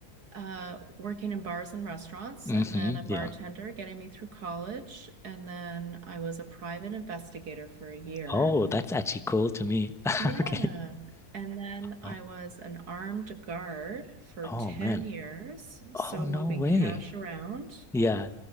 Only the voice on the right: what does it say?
uh, working in bars and restaurants,
and then a bartender
getting me through college. And then I was a private investigator for a year.
Yeah.
And then I
was an armed guard for
10
years, so
moving
cash around.